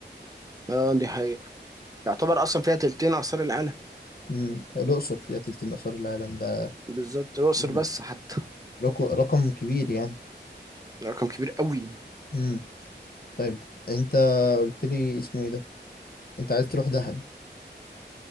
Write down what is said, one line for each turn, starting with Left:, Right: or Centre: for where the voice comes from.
Right: اه دي حقيقه يعتبر اصلا فيها تلتين اثار العالم
Left: مم. الأقصر فيها تلت الآثار العالم ده
Right: بالظبط الاقصر
Left: مم.
Right: بس حتى
Left: رقم رقم كبير يعني
Right: رقم كبير قوي
Left: مم. طيب أنت قلت لي اسمه إيه ده؟ أنت عايز تروح دهب